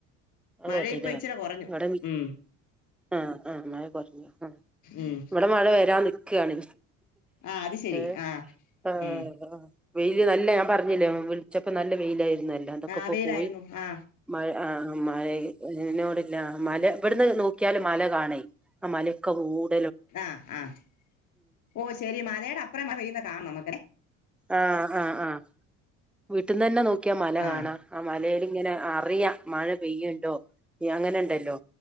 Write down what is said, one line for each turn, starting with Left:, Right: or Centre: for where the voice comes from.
Centre: അത്
Left: മഴ
Centre: മതില്ലേ
Left: ഇപ്പൊ ഇച്ചരെ കുറഞ്ഞു
Centre: ഇവിടെ
Left: ഉം
Centre: ആഹ് ആഹ് മഴ കുറഞ്ഞു ആ
Left: ഉം
Centre: ഇവിടെ മഴ വരാൻ നിക്കാണ്
Left: ആ അത് ശെരി
Centre: ഏ
Left: ആഹ്
Centre: ആ
Left: ഉം
Centre: വെയില് നല്ല ഞാൻ പറഞ്ഞില്ലേ <unintelligible> വിളിച്ചപ്പോ നല്ല വെയില ആയിരുന്നല്ലോ അതൊക്കെ
Left: ആ
Centre: ഇപ്പോ
Left: വെയിലായിരുന്നു
Centre: പോ പോയി
Left: ആ
Centre: മഴ ആ മഴയി <unintelligible> മല ഇവിടുന്ന് നോക്കിയാല് മല കാണേ ആ മലൊക്കെ <unintelligible>
Left: ആഹ് ആഹ് ഓ ശരി മലയുടെ അപ്പുറം മഴ പെയ്യ്ന്ന് കാണാം നമുക്കെ
Centre: ആഹ് ആഹ് ആഹ് വീട്ടിൽന്നന്നെ നോക്കിയാ മല
Left: ആ
Centre: കാണാ ആ മലയിൽ ഇങ്ങനെ അറിയ മഴ പെയ്യുണ്ടോ അങ്ങനെ ഉണ്ടല്ലോ